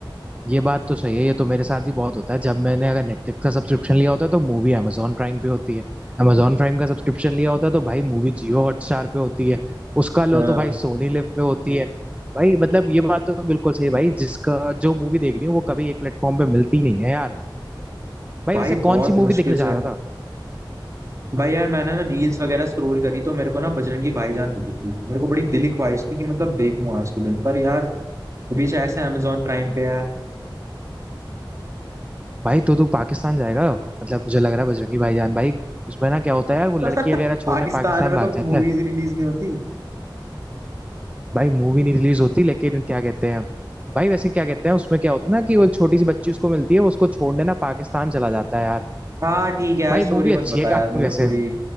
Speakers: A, on the right; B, on the right.
A: ये बात तो सही है ये तो मेरे साथ भी बहुत होता है जब मैंने अगर नेटफ्लिक्स का सब्सक्रिप्शन लिया होता है तो मूवी amazon प्राइम पे होती है amazon प्राइम का सब्सक्रिप्शन लिया होता है तो भाई
B: <laughs>
A: मूवी जियो हॉटस्टार पे होती है उसका लो
B: हाँ
A: तो भाई सोनी लिव पे होती है भाई मतलब ये बात तो बिल्कुल सही है भाई जिसका जो मूवी देखनी हो वो कभी एक प्लेटफॉर्म पे मिलती नहीं है यार भाई
B: भाई
A: वैसे कौन
B: बहुत
A: सी
B: मुश्किल
A: मूवी देखने
B: से
A: जा रहा था
B: भाई यार मैंने ना रील्स वगैरह स्क्रॉल करी तो मेरे को ना बजरंगी भाईजान दिखी थी मेरे को बड़ी दिली ख्वाहिश थी कि मतलब देखूं आज के दिन पर यार अभी शायद से अमेजोन प्राइम पे है
A: भाई तो तू पाकिस्तान जाएगा मतलब मुझे लग रहा है बजरंगी भाईजान भाई उसमें ना क्या होता है यार वो लड़की
B: <laughs>
A: वगैरह
B: पाकिस्तान
A: छोड़ने पाकिस्तान
B: में
A: भाग
B: तो
A: जाता
B: मूवीज
A: है
B: रिलीज नहीं होती
A: भाई मूवी नहीं रिलीज होती लेकिन क्या कहते हैं भाई वैसे क्या कहते हैं उसमें क्या होता है ना कि वो एक छोटी सी बच्ची उसको मिलती है वो उसको छोड़ने ना पाकिस्तान चला जाता है यार
B: हाँ ठीक है यार
A: भाई
B: स्टोरी
A: मूवी
B: मत
A: अच्छी
B: बता
A: है
B: यार
A: काफी
B: मुझे
A: वैसे
B: पूरी